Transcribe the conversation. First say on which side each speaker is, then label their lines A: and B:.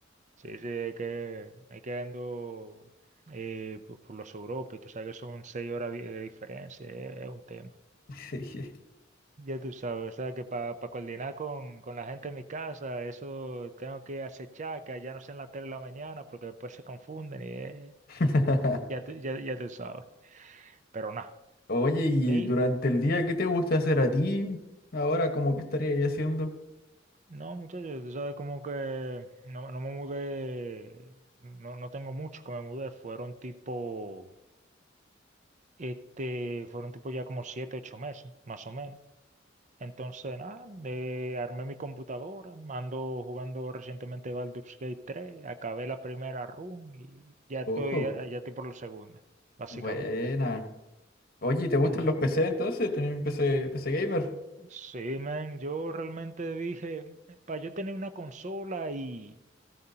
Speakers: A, on the right (about 40°); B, on the left (about 50°).
A: sí, sí, hay que, hay que ando eh, por, por los Europa y tú sabes que son seis horas di- de diferencia, eh, es un tema.
B: <laughs> Sí.
A: Ya tú sabes, o sea que para coordinar con, con la gente en mi casa, eso tengo que acechar, que allá no sea en la tele la mañana, porque después se confunden y eh,
B: <laughs>
A: ya, tú- ya, ya tú sabes. Pero nada,
B: Oye, y
A: mi,
B: durante el día, ¿qué te gusta hacer a ti? Ahora, cómo que estarías haciendo?
A: no muchachos, tú sabes como que no, no me mudé, no, no tengo mucho que me mudé, fueron tipo... Este, fueron tipo ya como siete, ocho meses, más o menos. Entonces, nada, eh, armé mi computadora, ando jugando recientemente Baldur's Gate tres, acabé la primera run y ya estoy,
B: Ojo,
A: ya estoy por la segunda, básicamente.
B: buena. Oye, ¿te gustan
A: Ujú.
B: los PC entonces? ¿Tenés PC, PC gamer?
A: Sí, man, yo realmente dije, para yo tener una consola y,